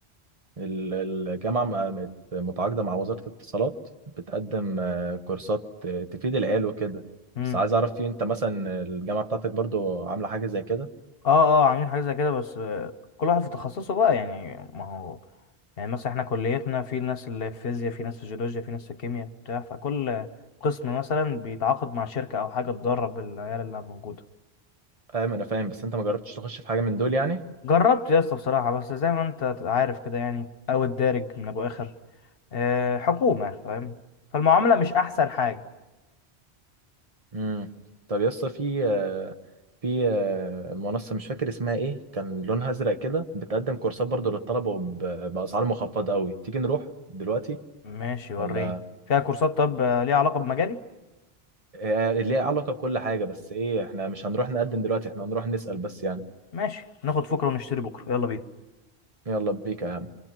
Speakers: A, on the right; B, on the left.
A: ال- الجامعه م- مت- متعاقده مع وزاره الاتصالات بتقدم آه، كورسات آه، تفيد العيال وكده
B: امم
A: بس عايز اعرف في انت مثلا الجامعه بتاعتك برضو عامله حاجه زي كده
B: اه اه عاملين حاجه زي كده بس آه، كل واحد في تخصصه بقى يعني ما هو يعني مثلا احنا كليتنا في ناس اللي في فيزياء في ناس في جيولوجيا في ناس في كيمياء بتاع فكل قسم مثلا بيتعاقد مع شركه او حاجه تدرب العيال اللي موجوده
A: فاهم انا فاهم بس انت ما جربتش تخش في حاجه من دول يعني
B: جربت يا اسطى بصراحة بس زي ما انت تبقى عارف كده يعني او الدارج من ابو اخر آه، حكومة فاهم فالمعاملة مش احسن حاجة
A: امم طب يا اسطى في آه، في آه، منصه مش فاكر اسمها ايه كان لونها ازرق كده بتقدم كورسات برضو للطلبه وب- باسعار مخفضه قوي تيجي نروح دلوقتي
B: ماشي وريني
A: ولا
B: فيها كورسات طب آه، ليها علاقة بمجالي
A: آه، ليها علاقه بكل حاجه بس ايه احنا مش هنروح نقدم دلوقتي احنا هنروح نسال بس يعني
B: ماشي ناخد فكرة ونشتري بكرة يلا بينا
A: يلا بيك يا عم.